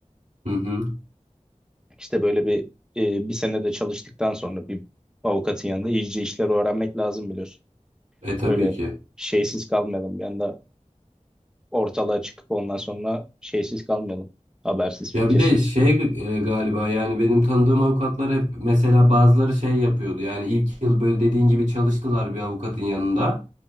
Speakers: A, on the right (about 75°); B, in the centre.
A: Hı hı.
B: İşte böyle bir e, bir sene de çalıştıktan sonra bir avukatın yanında iyice işleri öğrenmek lazım biliyorsun.
A: E tabii
B: Öyle
A: ki.
B: şeysiz kalmayalım. Bir anda ortalığa çıkıp ondan sonra şeysiz kalmayalım. Habersiz, fikirsiz.
A: Ya bir de şey e, galiba yani benim tanıdığım avukatlar hep mesela bazıları şey yapıyordu. Yani ilk yıl böyle dediğin gibi çalıştılar bir avukatın yanında.